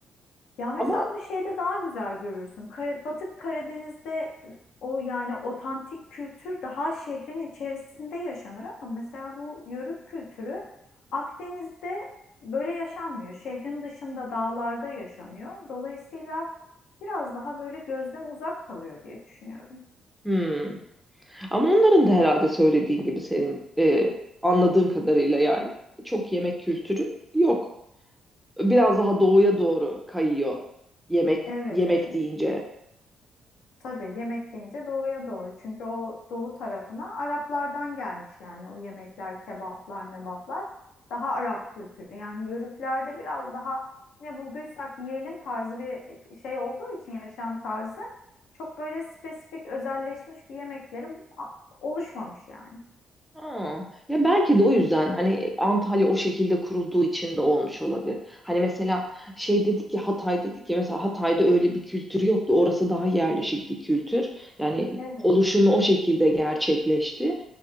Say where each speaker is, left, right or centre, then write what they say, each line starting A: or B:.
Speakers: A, on the left (about 80°); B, in the centre.
A: Ya mesela
B: Ama
A: onu şeyde daha güzel görürsün. Kara- Batı Karadeniz'de e, o yani otantik kültür daha şehrin içerisinde yaşanır ama mesela bu yörük kültürü Akdeniz'de böyle yaşanmıyor. Şehrin dışında dağlarda yaşanıyor. Dolayısıyla biraz daha böyle gözden uzak kalıyor diye düşünüyorum.
B: hmm. Ama onların da herhalde söylediğin gibi senin e, anladığım kadarıyla yani çok yemek kültürü yok. Biraz daha doğuya doğru kayıyor yemek
A: Evet
B: yemek
A: evet.
B: deyince.
A: Tabii yemek deyince doğuya doğru. Çünkü o doğu tarafına Araplardan gelmiş yani o yemekler, kebaplar, mebaplar daha Arap kültürü. Yani yörüklerde biraz daha ne bulduysak yiyelim tarzı bir e, şey olduğu için yaşam tarzı çok böyle spesifik özelleşmiş bir yemekleri Oluşmamış yani.
B: Ha. Ya belki de o yüzden hani Antalya o şekilde kurulduğu için de olmuş olabilir. Hani mesela şey dedik ya Hatay dedik ya mesela Hatay'da öyle bir kültür yoktu. Orası daha yerleşik bir kültür. Yani
A: Evet.
B: oluşumu o şekilde gerçekleşti.